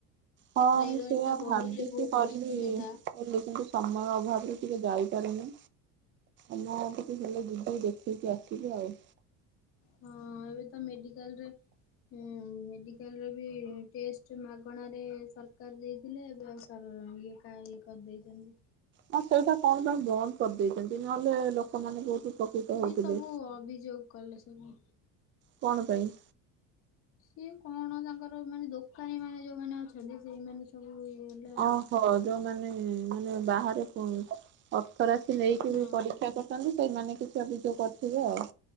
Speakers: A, on the right (about 35°); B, on the left (about 40°).
A: ହଁ
B: ଥାଇରଏଡ
A: ମୁଁ ସେଆ
B: ଟା
A: ଭାବିକି
B: ବଢିଲେ ବହୁତ
A: କରିବି
B: ଅସୁବିଧା।
A: କିଲ କିନ୍ତୁ ସମୟ ଅଭାବ ଟିକେ ଯାଇପାରୁନି ଆମ ଟିକେ ଭଲ ଯୁିବି ଦେଖେଇିକି ଆସିବି ଆଉ।
B: ହଁ ଏବେ ତ ମେଡିକାଲରେ ମେଡିକାଲରେ ବି ଟେଷ୍ଟ ମାଗଣ ାରେ ସରକାର ଦେଇଥିଲେ ଏବେ ଆଉ ଇଏ କା ଇ କରିଦେଇଛନ୍ତି।
A: ହଁ ସେଇଟା କଣ କଣ ବନ୍ଦ କରିଦେଇଛନ୍ତି ନହେଲେ ଲୋକମାନେ ବହୁତ ଉପକୃତ ହଉଥିଲେ।
B: ଇ ସବୁ ଅଭିଯୋଗ କଲେ ହ
A: କଣ ପାଇଁ
B: ସିଏ କଣ ତାଙ୍କର ମାନେ ଦୋକାନୀ ମାନେ ଯୋଉମାନେ ଅଛନ୍ତି ସେଇମାନେେ ସବୁ ଇଏ ହେଲେ ଆଉ।
A: ଓହୋ ଯୋଉ ମାନେ ମାନେ ବାହାରେ ପ ଅଥରାସି ନେଇକି
B: ହଁ
A: ବି ପରୀକ୍ଷା କରୁଛନ୍ତି ସେମାନେ କିଛି ପଚା ପିଚ <unintelligible> କରିଥିବେ ଆଉ